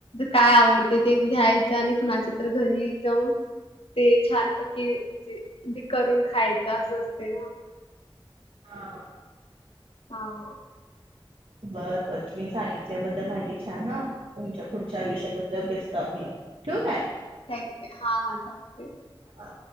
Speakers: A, on the left (about 80°); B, on the right (about 75°).
A: काय आवडते, ते घ्यायचं आणि कुणाच्या तर, घरी जाऊन ते छानपैकी, जे ते करून खायच, असं असते ना.
B: हा.
A: हा.
B: बर बर, तुम्ही सांगितल्याबद्दल, माहिती छान हं. तुमच्या पुढच्या आयुष्याबद्दल, बेस्ट ऑफ लक. ठेऊ काय?
A: थँक्, हा हा चालतय.
B: हा.